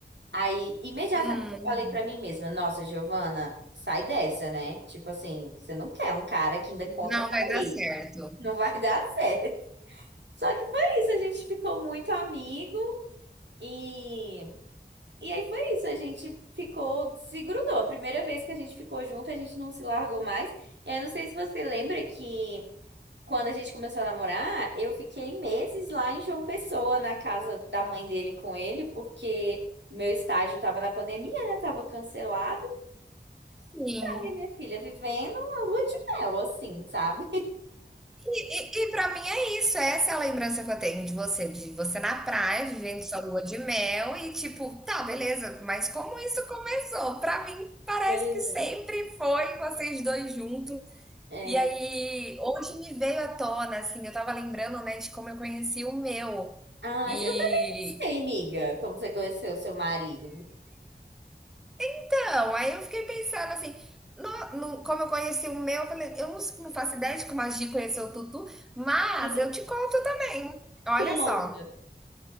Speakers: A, on the right; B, in the centre.
A: Aí, imediatamente
B: Hum.
A: eu falei pra mim mesma, nossa, Giovana, sai dessa, né? Tipo assim, você não quer um cara que ainda encontra
B: Não
A: com
B: vai dar
A: ele.
B: certo.
A: Não vai <laughs> dar certo. Só que foi isso, a gente ficou muito amigo e e aí foi isso, a gente ficou, se grudou. A primeira vez que a gente ficou junto, a gente não se largou mais. Eu não sei se você lembra que quando a gente começou a namorar, eu fiquei meses lá em João Pessoa, na casa da mãe dele com ele, porque meu estágio tava na pandemia, né? Tava cancelado.
B: Sim.
A: Aí minha filha vivendo a lua de mel, assim, sabe?
B: E, e para mim é isso, essa é a lembrança que eu tenho de você, de você na praia, vivendo sua lua de mel e tipo, tá, beleza, mas como isso começou? Para mim parece
A: Pois
B: que sempre foi vocês dois juntos.
A: é.
B: E aí
A: É.
B: hoje me veio à tona assim, eu tava lembrando, né, de como eu conheci o meu.
A: Ah,
B: E
A: eu também não sei, amiga, como você conheceu seu marido.
B: então, aí eu fiquei pensando assim, no- no- como eu conheci o meu, eu falei, eu não, não faço ideia de como a Gi conheceu o Tutu, mas
A: <laughs>
B: eu te conto também. Olha
A: Conta.
B: só.